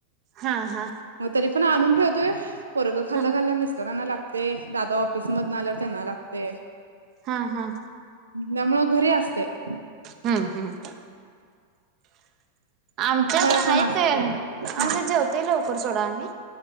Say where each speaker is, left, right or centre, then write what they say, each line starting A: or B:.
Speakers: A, on the right (about 35°); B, on the right (about 75°).
A: हा हा
B: मग तरी पण आणून ठेवतोय. पोरग खाल्लं
A: हा
B: खाल्लं मिस्टरांना लागतय दादा ऑफिस मधन आल्यावर त्यांना लागतय.
A: हा हा
B: त्यामुळ घरी असतयं.
A: हम्म हम्म आमच्यात
B: फळ
A: आहेते
B: पण असत्यात
A: आमच्या
B: हा
A: जेवतेय लवकर सोडा आम्ही